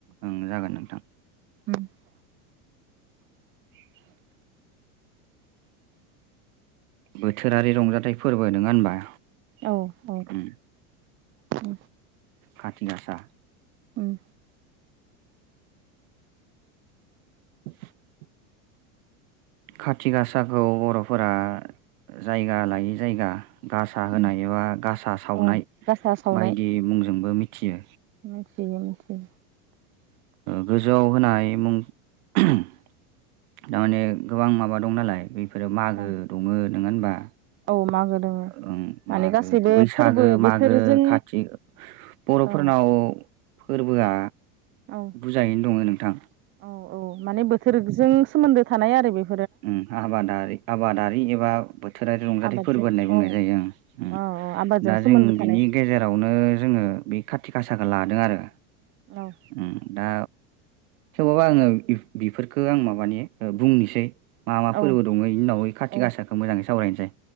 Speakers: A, on the right (about 80°); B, on the right (about 30°).
A: ओं जागोन
B: <unintelligible>
A: नोंथां
B: <unintelligible>
A: बोथोरारि रंजाथाइ फोरबो नोङा होनबा
B: औ औ
A: उम
B: <unintelligible>
A: खाथि गासा
B: उम
A: <inaudible> खाथि गासाखौ बर'फोरा जायगा लायै जायगा गासा होनाय
B: उम
A: एबा गासा सावनाय
B: अ गासा सावनाय
A: बायदि मुंजोंबो मिथियो
B: मिथियो मिथियो
A: गोजौआव होनाय मुं थारमाने गोबां माबा दं नालाय बेफोरो मागो
B: औ
A: दङ नंङा होनबा
B: औ मागो दोङो
A: ओं
B: माने
A: मागो
B: गासैबो
A: बैसागो
B: फोरबो
A: मागो
B: बोथोरजों
A: खाथि बर'फोरनाव
B: औ
A: फोरबोआ
B: औ
A: बुरजायैनो दङ नोंथां
B: औ औ माने बोथोरजों सोमोन्दो थानाय आरो बे
A: ओं आबादारि आबादारि एबा बोथोरारि रंजाथाइ
B: आबादजों
A: फोरबो होननाय बुंनाय
B: औ
A: जायो ओं
B: औ औ आबादजों
A: दा
B: सोमोन्दो
A: जों
B: थानाय
A: बिनि गेजेरावनो जोङो बे खाति गासाखौ लादों आरो
B: औ
A: ओं दा सोरबाबा आङो बेफोरखौ आं माबानि बुंनोसै मा मा
B: औ
A: फोरबो दङ बि उनाव कारथि
B: औ
A: गासाखौ मोजाङै सावरायनोसै